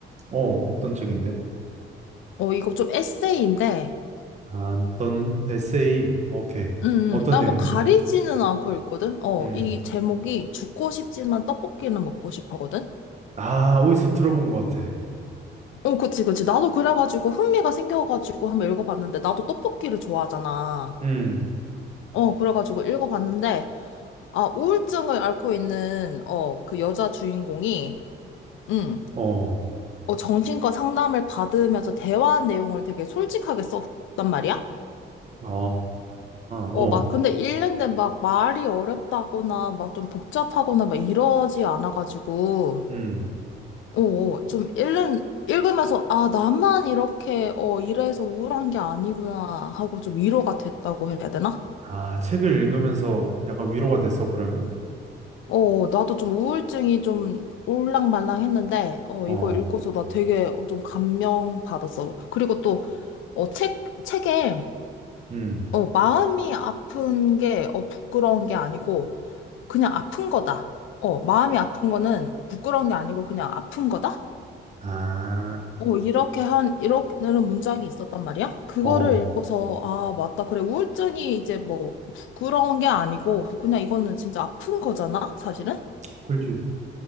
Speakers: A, on the right; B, on the left.
A: 어, 어떤 책인데?
B: 어, 이거 좀 에세이인데,
A: 아, 너는 에세이. 오케이.
B: 음,
A: 어떤
B: 음. 나
A: 내용인데?
B: 뭐 가리지는 않고 읽거든? 어,
A: 음.
B: 이 제목이 죽고 싶지만 떡볶이는 먹고 싶어거든?
A: 아, 어디서 들어본 것 같아.
B: 어, 그치, 그치. 나도 그래가지고 흥미가 생겨가지고 한번 읽어봤는데, 나도 떡볶이를 좋아하잖아.
A: 음,
B: 어, 그래가지고 읽어봤는데, 아, 우울증을 앓고 있는, 어, 그 여자 주인공이, 음,
A: 어,
B: 어, 정신과 상담을 받으면서 대화한 내용을 되게 솔직하게 썼단 말이야?
A: 아, 어,
B: 어, 막, 근데 읽는데 막 말이 어렵다거나, 막 좀 복잡하거나, 막 이러지 않아가지고,
A: 음.
B: 어, 어, 좀 읽는, 읽으면서, 아, 나만 이렇게, 어, 이래서 우울한 게 아니구나, 하고 좀 위로가 됐다고 해야 되나?
A: 아, 책을 읽으면서 약간 위로가 됐어, 그러면?
B: 어, 나도 좀 우울증이 좀 올랑말랑했는데, 어,
A: 어,
B: 이거 읽고서 나 되게 어, 좀 감명 받았어. 그리고 또, 어, 책, 책에,
A: 음.
B: 어, 마음이 아픈 게, 어, 부끄러운 게 아니고, 그냥 아픈 거다. 어, 마음이 아픈 거는 부끄러운 게 아니고, 그냥 아픈 거다?
A: 아,
B: 어, 이렇게 한, 이렇게는 문장이 있었단 말이야? 그거를
A: 어,
B: 읽고서, 아, 맞다. 그래, 우울증이 이제 뭐, 부끄러운 게 아니고, 그냥 이거는 진짜 아픈 거잖아? 사실은?
A: 그렇지.